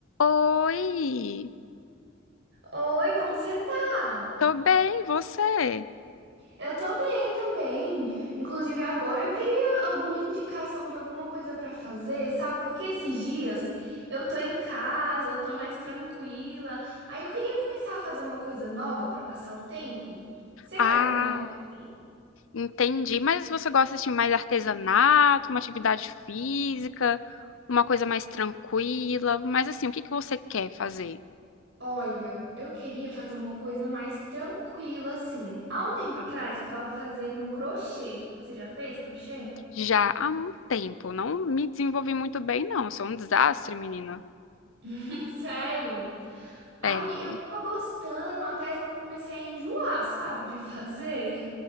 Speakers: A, on the left (about 75°); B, on the right (about 60°).
A: Oi,
B: Oi, como você tá?
A: tô bem, você?
B: Eu tô bem também. Inclusive, agora eu queria alguma indicação de alguma coisa pra fazer, sabe? Porque esses dias eu tô em casa, eu tô mais tranquila. Aí eu queria começar a fazer uma coisa nova pra passar o tempo. Você
A: Ah,
B: faz alguma coisa assim?
A: entendi. Mas você gosta de mais artesanato, uma atividade física, uma coisa mais tranquila? Mas assim, o que que você quer fazer?
B: Olha, eu queria fazer uma coisa mais tranquila assim. Há um tempo atrás eu tava fazendo crochê. Você já fez crochê?
A: Já há um tempo, não me desenvolvi muito bem, não. Sou um desastre, menina.
B: <laughs> Sério? Aí
A: Sério,
B: eu tava gostando até, só que eu comecei a enjoar, sabe, de <laughs> fazer.